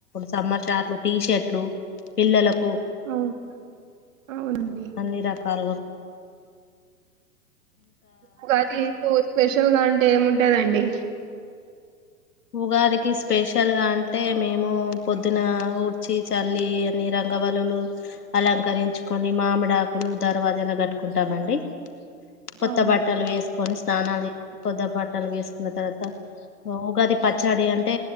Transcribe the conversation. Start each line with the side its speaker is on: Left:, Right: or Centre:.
Left: సమ్మర్ షాట్లు టీ షర్ట్లు పిల్లలకు
Right: అవు- అవునండి
Left: అన్ని రకాల
Right: ఉగాదికు స్పెషల్ గా అంటే ఏముంటదండి
Left: ఉగాదికి స్పెషల్ గా అంటే మేము పొద్దున ఊడ్చి చల్లి అన్నీ రక గవలలు అలంకరించుకొని మామిడాకులు దర్వాజలాకు కట్టుకుంటామండి కొత్త
Right: అవునా
Left: బట్టలు వేసుకొని స్నానాలు కొత్త బట్టలు వేసుకున్న తర్వాత ఉగాది పచ్చడి అంటే